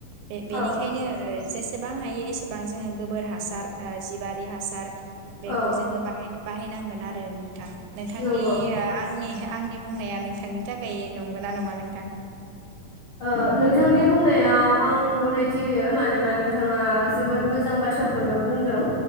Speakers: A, on the right; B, on the left.
A: बे
B: औ
A: बेनिखायनो ज एसेबां हायो एसेबां जोङो। गोबोर हासार जि बारि हासार बेखौ
B: औ
A: जोङो बाहाय बाहायनांगोन आरो नोंथां नोंथांनि
B: नंगौ
A: आंनि आंनि बुंनाया नोंथांनि थाखाय नंगौना नङा नोंथां
B: ओ नोंथांनि बुंनायाव आं गनायथि होयो मानोना नोंथाङा जोबोद मोजां बाथ्राखौनो बुंदों